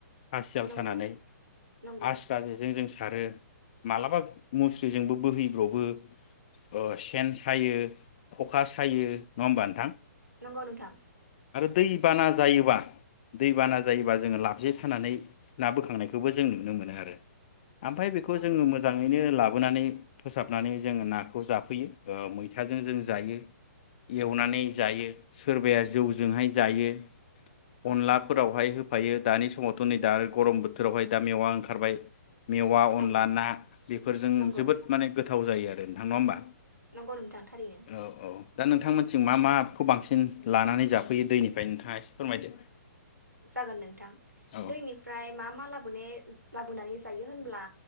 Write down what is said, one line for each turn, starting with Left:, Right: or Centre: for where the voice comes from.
Left: हासियाल
Right: नंगौ
Left: सानानै
Right: नंगौ
Left: आस्रा जेजों जों सारो। मालाबा मुस्रिजोंबो बोहै फ्रावबो सेन सायो, ख'खा सायो नङा होमबा नोंथां?
Right: नंगौ नोंथां।
Left: दै बाना जायोबा दै बाना जायोबा जोङो लाब जे सानानै ना बोखांनायखौबो जों नुनो मोनो आरो। ओमफ्राय बेखौ
Right: नंगौ
Left: जोङो मोजाङैनो लाबो बुनानै फोसाबनानै जों नाखौ जाफैयो ओ मैथाजों जों जायो, एवनानै जायो, सोरबाया जौजोंहाय जायो। अनलाफोरावहाय होफायो दानि समावथ' नै दा गरम बोथोरावहाय दा मेवा ओंखारबाय मेवा
Right: नंगौ
Left: अनला ना बेफोरजों
Right: नंगौ
Left: जोबोद माने गोथाव जायो आरो नोंथां नङा होमबा
Right: नंगौ नोंथां थारैनो
Left: औ औ दा नोंथां मोनथिं जों मा माखौ बांसिन लानानै जाफैयो दैनिफ्राय नोंथाङा एसे फोरमायदो।
Right: जागोन नोंथां
Left: औ
Right: दैनिफ्राय मा मा लाबोनो लाबोनानै जायो होन होनब्ला